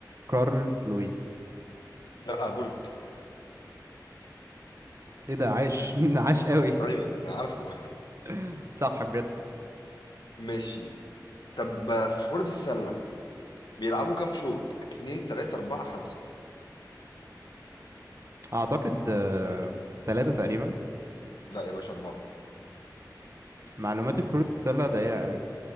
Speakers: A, on the right; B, on the left.
A: كارل لويس
B: لا بولت
A: ايه ده عاش <laughs> عاش قوي
B: أيوه أنا عارفه
A: <laughs> صح بجد
B: <laughs> ماشي طب في كرة السلة بيلعبوا كام شوط اتنين تلاتة أربعة خمسة
A: اعتقد آه، تلاتة تقريبا
B: لا يا باشا أربعة
A: معلوماتي في كرة السلة ضيقة قوي